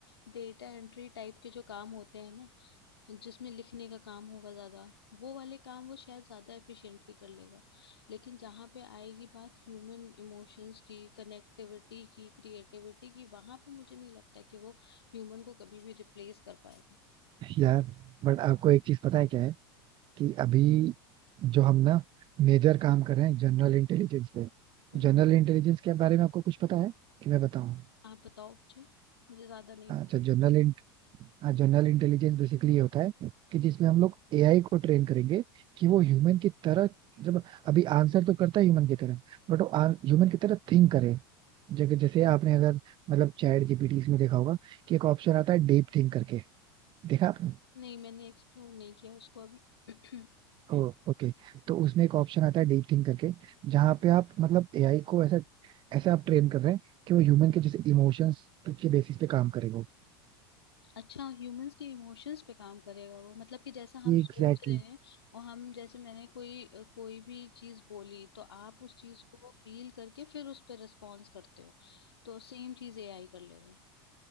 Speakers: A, on the left (about 85°); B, on the right (about 40°).
A: डेटा एंट्री टाइप के जो काम होते हैं ना जिसमें लिखने का काम होगा ज्यादा वो वाले काम वो शायद ज्यादा एफिशिएंटली कर लेगा लेकिन जहाँ पे आएगी बात ह्यूमन इमोशंस की कनेक्टिविटी की क्रिएटिविटी की वहां पे मुझे नहीं लगता कि वो ह्यूमन को कभी भी रिप्लेस कर पाएगा
B: यार बट आपको एक चीज पता है क्या है कि अभी जो हम ना मेजर काम कर रहे हैं जनरल इंटेलिजेंस पे
A: हम्म,
B: जनरल इंटेलिजेंस के बारे में आपको कुछ पता है कि मैं बताऊं
A: आप बताओ मुझे मुझे ज्यादा नहीं
B: अच्छा
A: पता
B: जनरल हाँ जनरल इंटेलिजेंस बेसिकली ये होता है कि जिसमें हम लोग एआई को ट्रेन करेंगे कि वो ह्यूमन की तरह जब अभी आंसर तो करता है ह्यूमन की तरह बट वो ह्यूमन की तरह थिंक करे जैसे जैसे आपने अगर मतलब चैट जीपीटी इसमें देखा होगा कि एक ऑप्शन आता है डीप थिंक करके देखा आपने
A: नहीं मैंने एक्सप्लोर नहीं किया उसको अभी <clears throat>
B: ओ ओके तो उसमें एक ऑप्शन आता है डीप थिंक करके जहाँ पे आप मतलब एआई को ऐसा ऐसा आप ट्रेन कर रहे हैं कि वो ह्यूमन के जैसे इमोशंस के बेसिस पे काम करे वो
A: अच्छा ह्यूमंस के इमोशंस पे काम करेगा वो मतलब कि जैसा हम
B: Exactly
A: सोच रहे
B: exactly.
A: हैं और हम जैसे मैंने कोई अ, कोई भी चीज बोली तो आप उस चीज को फील करके फिर उस पर रिस्पॉन्स करते हो तो सेम चीज एआई कर लेगा